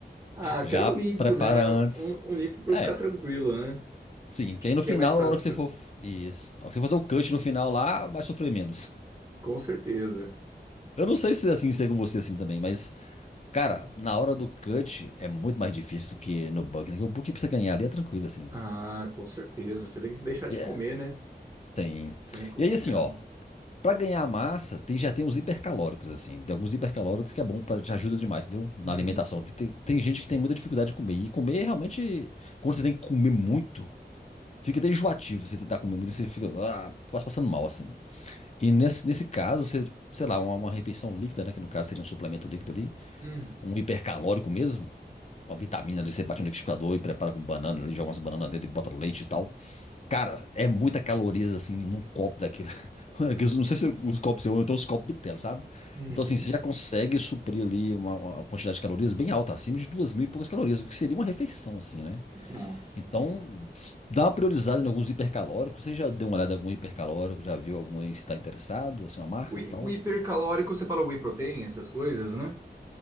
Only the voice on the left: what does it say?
já
prepara
antes.
É,
sim. Que aí no
final,
na hora que você for. Isso. Na hora que você fazer o cut no final lá, vai sofrer menos.
Eu não sei se é assim ser com você assim também, mas. Cara,
na hora do cut é muito mais difícil do que no book, né? Porque o book pra você ganhar ali é tranquilo, assim.
E é,
tem.
E aí, assim, ó. Pra ganhar massa, tem, já tem uns hipercalóricos, assim. Tem alguns hipercalóricos que é bom, pra, te ajuda demais, entendeu? Na
alimentação. Que tem, tem gente que tem muita dificuldade de comer. E comer é realmente, quando você tem que comer muito, fica até enjoativo. Você tentar comer muito, você fica ah, quase passando mal, assim. E nesse, nesse caso, você, sei lá, uma, uma refeição líquida, né, que no caso seria um suplemento líquido ali,
um hipercalórico mesmo, com a vitamina ali, você bate no liquidificador e prepara com banana ali, joga umas bananas dentro e bota leite e tal. Cara, é muita calorias assim num copo daquilo. <laughs> Não
sei se os copos são, eu tenho os copos Bitel, sabe?
Então, assim, você já consegue suprir ali uma, uma quantidade de calorias bem alta, acima de duas mil e poucas calorias, o que seria uma refeição, assim, né?
Então, dá uma priorizada em alguns hipercalóricos. Você já deu uma olhada em algum hipercalórico? Já viu algum aí se está interessado? Assim, uma marca
e tal?